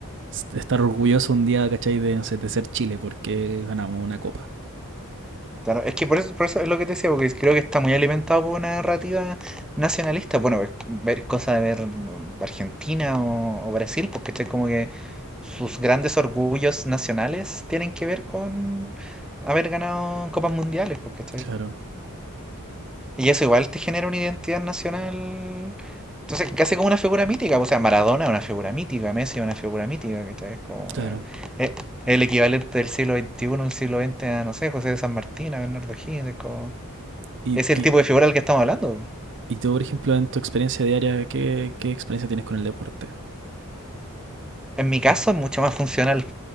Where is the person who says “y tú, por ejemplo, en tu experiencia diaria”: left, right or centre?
Right